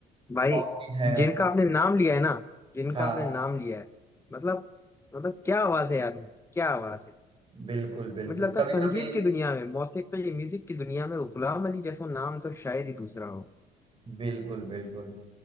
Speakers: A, on the left; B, on the right.
A: भाई
B: और भी है
A: जिनका आपने नाम लिया है ना जिनका
B: हाँ
A: आपने नाम लिया है मतलब मतलब क्या आवाज है यार उनकी, क्या आवाज है
B: बिल्कुल बिल्कुल
A: मुझे लगता
B: कभी
A: है संगीत
B: कभी
A: की दुनिया में मौसीकी म्यूजिक की दुनिया में गुलाम अली जैसा नाम तो शायद ही दूसरा हो
B: बिल्कुल बिल्कुल